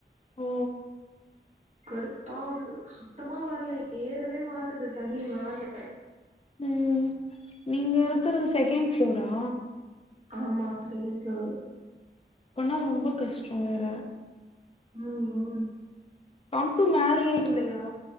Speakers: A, on the left (about 35°); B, on the right (about 40°).
A: ஓ
B: கடுப்பாவுது சுத்தமா வரல ஏறவே மாட்டுது தண்ணி மேல
A: ம் நீங்க இருக்றது செகண்ட் ஃப்ளோரா
B: ஆமா செகண்ட் ஃப்ளோரு
A: அப்பனா ரொம்ப கஷ்டோ வேற
B: ஆமா
A: பம்பு மேலயே இல்லயா